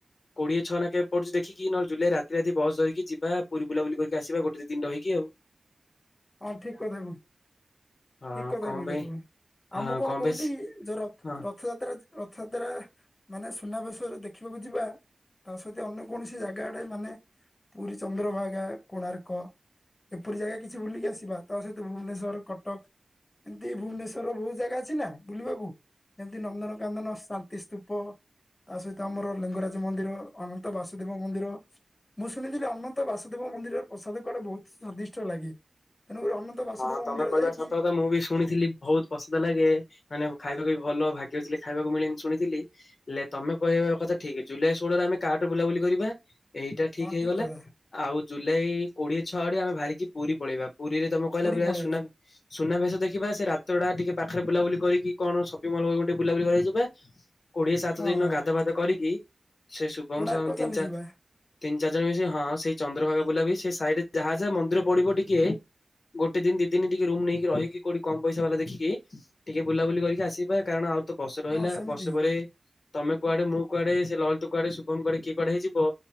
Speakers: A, on the left; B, on the left.
A: କୋ କୋଏ ଛଅ ଟଙ୍କ କେେ ପଡୁ ଦେିକି ନହ ଜୁଲ ରାତି ବ ଧିକି ଯିବା, ପୁରୀ ବୁଲାୁ କରିକି ଆସ ଗୋଟେ ଦିନ ରହିି ଆଉ। <inaudible>
B: ହଁ ଠିକ କଥା <unintelligible>
A: ହଁ
B: ଠିକ କଥା
A: କଣ
B: କହିଲ
A: ପାଇଁ
B: ତୁମେ, ଆଉ
A: ହଁ
B: ମୁଁ କଣ କହୁଛି
A: ପାଇଁ
B: କି ଯୋଉ ରଥ
A: ହଁ।
B: ରଥଯାତ୍ରା ରଥଯାତ୍ରା ମାନେ ସୁନାବେଶରେ ଦେଖିବାକୁ ଯିବା ତା ସହିତ ଅନ୍ୟ କୌଣସି ଜାଗାଡେ ମାନେ ପୁରୀ, ଚନ୍ଦ୍ରଭାଗା, କୋଣାର୍କ ଏପରି ଜାଗା କିଛି ବୁଲିକି ଆସିବା ତା ସହିତ ଭୁବନେଶ୍ୱର, କଟକ ଏମିତି ଭୁବନେଶ୍ୱରର ବହୁତ ଜାଗା ଅଛି ନା ବୁଲିବାକୁ- ଯେମତି ନନ୍ଦନକାନନ ଶାନ୍ତି ସ୍ତୂପ ତା ସହିତ ଆମର ଲିଙ୍ଗରାଜ ମନ୍ଦିର ଅନନ୍ତ ବାସୁଦେବ ମନ୍ଦିର ମୁଁ ଶୁଣିଥିଲି ଅନନ୍ତ ବାସୁଦେବ ମନ୍ଦିରର ପ୍ରସାଦ କୁଡା ବହୁତ ସ୍ଵାଦିଷ୍ଟ ଲାଗେ? ତେଣୁକରି ଅନନ୍ତ ବାସୁଦେବ
A: ହଁ ତମେ
B: ମନ୍ଦିର
A: କହିବା
B: ଯାଇକି
A: ସତ କତ ମୁଁ ବି ଶୁଣିଥିଲି, ବହୁତ ପସନ୍ଦ ଲାଗେ ମାନେ ଖାଇବାକୁ ଭଲ ଭାଗ୍ୟ ଖାଇବାକୁ ମିଳେ ଶୁଣିଥିଲି ହେଲେ ତମେ କହିବା, କଥା ଠିକ ଜୁଲାଇ ଷୋଳରେ ଆମେ କାହାଠୁ ବୁଲାବୁଲି କରିବା ଏଇଟା ଠିକ
B: ହଁ
A: ହେଇଗଲା
B: କଥା
A: ଆଉ ଜୁଲାଇ କୋଡିଏ ଛଅ, ଆଡେ ଆମେ ବାହାରିକି ପୁରୀ ପଳେଇବା ପୁରୀରେ ତମେ କହିଲା
B: ପୁରୀ
A: ବ
B: ପଳେଇବା।
A: ସୁ ସୁନାବେଶ ଦେଖିବା ସେ ରାତ୍ରଟା ଟିକେ ପାଖରେ ବୁଲାବୁଲି, କରିକି କଣ ସପିଙ୍ଗ ମଲ୍ ଟେ ବୁଲାବୁଲି କରିଇଯିବା। କୋଡିଏ ସାତ
B: ହଁ
A: ଦିନ
B: ହଁ
A: ଗାଧବାଧ କରିକି ସେ ଶୁଭମ
B: କୋଣାର୍କ
A: ଶାମ ତିନି
B: ଚାଲିଯିବା
A: ଚ ତିନି ଜଣ ହଁ ସେଇ ଚନ୍ଦ୍ରଭାଗା ବୁଲା ବି, ସେଇଡରେ ଯାହା ଯାହା ମନ୍ଦିର ପଡିବ ଟିକେ ଗୋଟେ ଦିନ୍ ଦିଦିନ୍ ଟିକେ ରୁମ୍ ନେଇକି, ରହିି କୋଠି କମ୍ ପଇସା ବାଲା ଦେଇ ଦେଖିକି ଟିକେ ବୁଲାବୁଲି କରିକି ଆସିବା କାରଣ ଆଉ ତ ବର୍ଷେ ରହିଲା
B: ହଁ ସେମିତି
A: ବର୍ଷ
B: ହିଁ
A: ପରେ ତମେ କୁଆଡେ ମୁଁ କୁଆଡେ ସେ ଲଲ ତୁଆଡେ ସୁଭମ କିଏଡେଇିବ ହେଇଯିବ